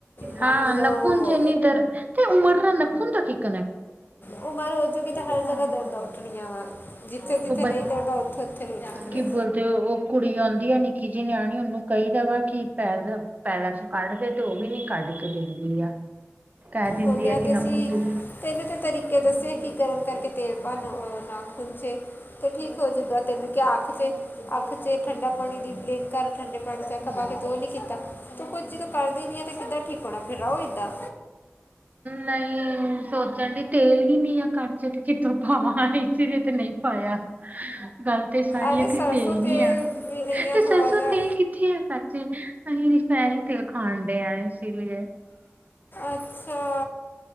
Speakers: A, on the left; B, on the right.
A: ਮੰਨ
B: ਹਾਂ
A: ਲਓ
B: ਨਖੁਨ ਜ ਇਨੀ ਦਰ ਤੇ ਉਮਰ ਦਾ ਨਖੁੰਨ ਦਾ ਕੀਕ
A: ਉਹ ਮਰ ਹੋਜੁਗੀ ਤੇ ਹਰ ਜਗ੍ਹਾ ਦਰਦਾਂ ਉੱਠਣੀਆਂ ਵਾ ਜਿੱਥੇ ਜਿੱਥੇ
B: ਉਹ ਬ
A: ਨਹੀਂ ਦਰਦਾਂ ਉੱਥੇ ਵੀ ਉੱਠਣਗੀਆਂ
B: ਕੀ ਬੋਲਦੇ ਉਹ ਕੁੜੀ ਆਉਂਦੀ ਆ ਨਿੱਕੀ ਜਿਹੀ ਨਿਆਣੀ ਉਹਨੂੰ ਕਹੀਦਾ ਵਾ ਕੀ ਪੈਰਦਾ ਪੈਲਾਂ ਚ ਕੱਢਦੇ ਤੇ ਉਹ ਵੀ ਨੀ ਕੱਢ ਕੇ ਦਿੰਦੀ ਆ ਕਹਿ ਦਿੰਦੀ
A: ਬੋਲਿਆ
B: ਆ ਕਿ
A: ਤੇ
B: ਨਖੂਨ
A: ਸੀ
B: ਤੂੰ
A: ਤੈਨੂੰ ਤੇ ਤਰੀਕਾ ਕ ਦੱਸੇ ਕਿ ਗਰਮ ਕਰਕੇ ਤੇਲ ਪਾਾਨ ਨਾ ਖੁੁੰਨਚੇ ਤਾਂ ਠੀਕ ਹੋ ਜੂਗਾ ਤੈਨੂੰ ਕਿਹਾ ਆਖ ਚ ਆਖ ਚ ਠੰਡਾ ਪਾਣੀ ਦੀ ਬਲਿੰ ਘਰ ਠੰਡੇ ਪਾਣੀ ਚ ਆਖਾ ਪਾ ਕੇ ਤੂੰ ਨੀ ਕੀਤਾ ਤੂੰ ਕੁੱਝ ਜਦੋਂ ਕਰਦੀ ਨੀ ਹੈ ਤੇ ਕਿੱਦਾਂ ਕੀਕਣਾ ਫਿਰਰਾ ਉਹਦਾ
B: ਨਹੀਂ ਸੋਚਣ ਦੀ ਤੇਲ ਹੀ ਨੀ ਆ ਕਣ ਤੇ ਕਿੱਥੋਂ ਪਾਵਾਂ ਇਸ ਲਈ ਤੇ ਨਹੀਂ ਪਾਇਆ ਗੱਲ ਤੇ ਸਾਰੀ
A: ਅਰੇ
B: ਆ ਕਿ
A: ਸਰਸੋਂ
B: ਤੇਲ ਨੀ ਆ
A: ਵੀ ਨਹੀਂ ਆ
B: ਤੇ
A: ਥੋੜਾ
B: ਸਰਸੋਂ
A: ਜਿਹਾ
B: ਤੇਲ ਕਿੱਥੇ ਆ ਖਜੇ ਅਸੀਂ ਫੈ ਨ ਤੇਲ ਖਾਣ ਡ ਆ ਇਸ ਲਈ
A: ਅੱਛਾ